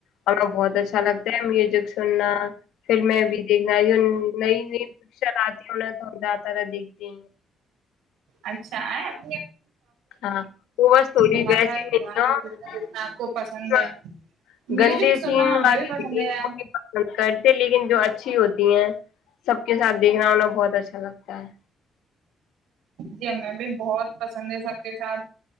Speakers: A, on the left; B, on the right.
A: ہمیں بہت اچھا لگتا ہے میوزک سننا پھر میں بھی دیکھنا جو نئی نئی پکچر آتی انیں تو ہم زیادہ تر دیکھتے ہی
B: اچھا اپ
A: ہاں وہ بس تھوڑی
B: نوازا
A: ویسی
B: ہے خدا
A: نہیں ہو
B: نے فلمیں دیکھنا آپ کو پسند ہے میوزک
A: گندے
B: سننا
A: سین
B: ہمیں
A: والی
B: بھی پسند
A: ہوتی
B: ہے
A: وہ بھی پسند کرتے لیکن جو اچھی ہوتی ہیں سب کے سھیکھنا بہت اچھا لگتا ہ
B: جییں بھی بہت پسند ہے سب کے ساتھ